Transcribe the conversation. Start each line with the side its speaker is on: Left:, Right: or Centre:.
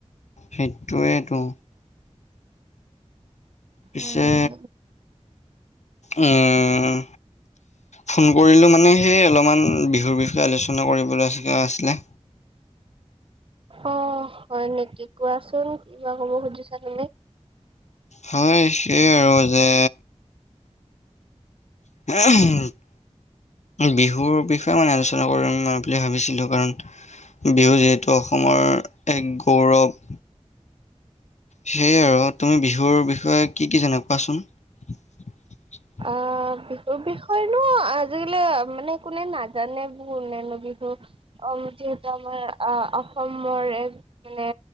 Left: সেইটোৱেই টো। পিছে
Right: উম,
Left: উম। ফোন কৰিলো মানে, সেই অলপমান বিহুৰ বিষয়ে আলোচনা কৰিবলৈ আছিলে।
Right: অ' হয় নেকি? কোৱাচোন কিবা কব খুজিছা <inaudible>
Left: হয়, সেইয়া আৰু যে <inaudible> বিহুৰ বিষয়ে মানে আলোচনা কৰিম, বুলি ভাবিছিলো কাৰণ বিহু যিহেতু অসমৰ এক গৌৰৱ। সেয়া আৰু তুমি বিহুৰ বিষয়ে কি কি জানা কোৱাচোন। <unintelligible>
Right: অ' বিহুৰ বিষয়েনো আজিকালি মানে, কোনে নাজানে বো কোনেনো বিহু। অ' যিহেতু আমাৰ আহ অসমৰ এক মানে